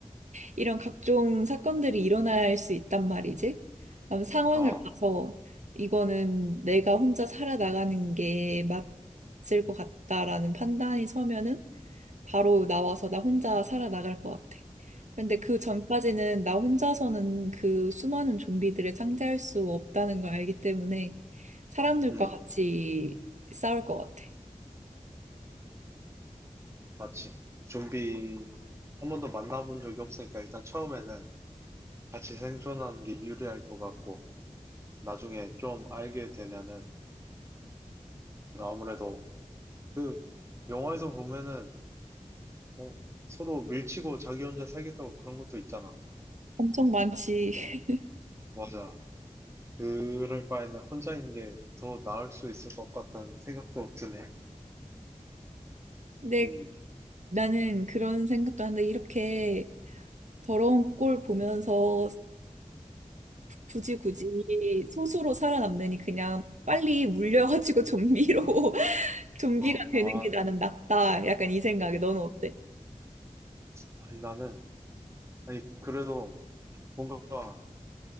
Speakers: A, on the right; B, on the right.
A: 이런 각종 사건들이 일어날 수 있단 말이지. 그럼 상황을
B: 음, 어,
A: 봐서 이거는 내가 혼자 살아나가는 게 맞을 것 같다라는 판단이 서면은 바로 나와서 나 혼자 살아나갈 것 같아. 근데 그 전까지는 나 혼자서는 그 수많은 좀비들을 상대할 수 없다는 걸 알기 때문에 사람들과
B: 음,
A: 같이 싸울 것 같아.
B: 맞지. 좀비 한 번도 만나본 적이 없으니까 일단 처음에는 같이 생존하는 게 유리할 것 같고, 나중에 좀 알게 되면은, 그러니까 아무래도 그, 영화에서 보면은, 어, 서로 밀치고 자기 혼자 살겠다고 그런 것도 있잖아.
A: 엄청 많지. <laughs>
B: 맞아. 그럴 바에는 혼자 있는 게 더 나을 수 있을 것 같다는 생각도 드네.
A: 근데
B: 음.
A: 나는 그런 생각도 하는데 이렇게 더러운 꼴 보면서 굳이 굳이 소수로 살아남느니 그냥 빨리 물려가지고 좀비로 <laughs> 좀비가
B: 어,
A: 되는
B: 아,
A: 게 나는 낫다. 약간 이 생각에 너는 어때?
B: 아니, 나는, 아니, 그래도 뭔가